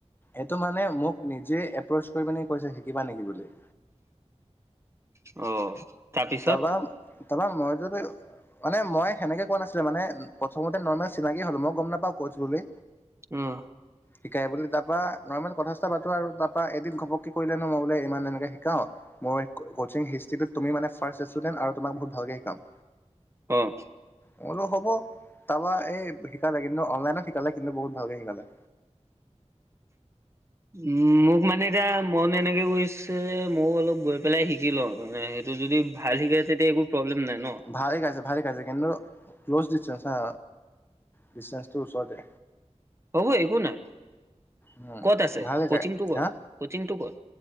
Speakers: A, on the left (about 20°); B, on the right (about 25°).
A: এইটো মানে মোক নিজে এপ্ৰচ কৰি মিনে কৈছে শিকিবা নেকি বুলি।
B: অ তাৰপিছত
A: তাৰপৰা তাৰপৰা মই যদি মানে মই সেনেকে কোৱা নাছিলে মানে প্ৰথমতে নৰ্মেল চিনাকি হ'লো মই গম নাপাওঁ কোচ বুলি।
B: উম
A: শিকায় বুলি তাৰ পৰা নৰ্মেল কথা ছঠা এটা পাতো আৰু তাৰ পৰা এদিন ঘপককে কৰিলেনো মই বোলে ইমান এনেকে শিকাওঁ মোৰ কচিং হিষ্ট্ৰিটোত তুমি মানে ফাৰ্ষ্ট ষ্টুডেণ্ট আৰু তোমাক বহুত ভালকে শিকাম।
B: অ'
A: মোৰো হ'ব তাৰপা এই শিকালে কিন্তু অনলাইনত শিকালে কিন্তু বহুত ভালকে শিকালে
B: উম মোক মানে এতিয়া মন এনেকে গৈছে যে মই অলপ গৈ পেলাই শিকি লওঁ মানে সেই তোৰ যদি ভাল শিকে তেতিয়া একো প্ৰব্লেম নাই ন।
A: ভাল শিকাইছে ভাল শিকাইছে কিন্তু ক্ল'জ ড্ৰটেন হা ডচেঞ্চটো ওচৰতে
B: হব একো নাই
A: উম
B: ক'ত আছে
A: ভালে
B: কচিংটো
A: গায়
B: ক'ত
A: হা
B: কচিংটো ক'ত